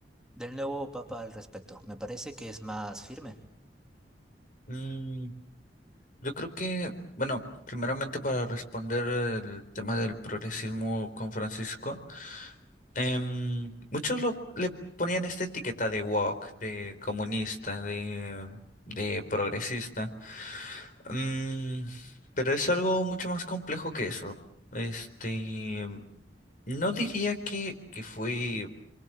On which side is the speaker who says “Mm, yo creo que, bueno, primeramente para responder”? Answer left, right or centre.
Left